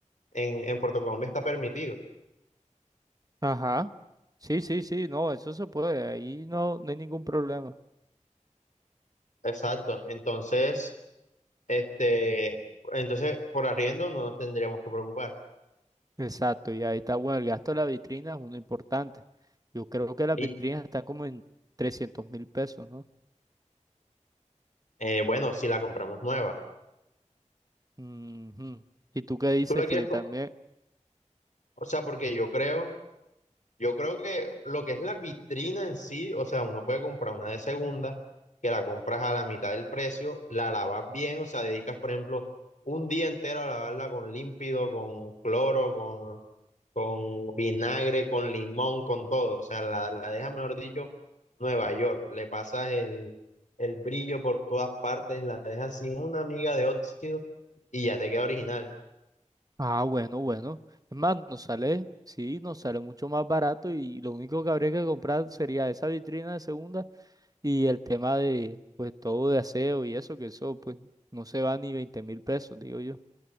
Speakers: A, on the left (about 75°); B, on the right (about 30°).
A: en, en Puerto Colombia está permitido.
B: Ajá. Sí, sí, sí, no, eso se puede, ahí no, no hay ningún problema.
A: Exacto. Entonces, Este, entonces, por arriendo no nos tendríamos que preocupar.
B: Exacto, y ahí está, bueno, el gasto de la vitrina es uno importante. Yo creo que las
A: Y
B: vitrinas están como en trescientos mil pesos, ¿no?
A: eh, bueno, si la compramos nueva,
B: Ujú. ¿Y tú qué dices
A: tú la quieres,
B: que
A: co-
B: también?
A: o sea, porque yo creo. Yo creo que lo que es la vitrina en sí, o sea, uno puede comprar una de segunda, que la compras a la mitad del precio, la lavas bien, o sea, dedicas, por ejemplo, un día entero a lavarla con límpido, con cloro, con, con vinagre, con limón, con todo. O sea, la, la dejas, mejor dicho, Nueva York. Le pasas el, el brillo por todas partes, la dejas sin una miga de óxido y ya te queda original.
B: Ah, bueno, bueno. Es más, nos sale, sí, nos sale mucho más barato y lo único que habría que comprar sería esa vitrina de segunda y el tema de, pues, todo de aseo y eso, que eso, pues, no se va ni veinte mil pesos, digo yo.